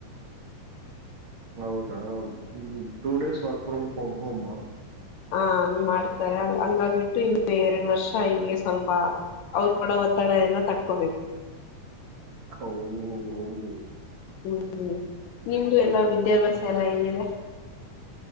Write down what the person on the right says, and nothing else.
ಹೌದ ಹ್ಮ್ two days work from home <unintelligible>
ಹೌದೌದು
ಹ್ಮ್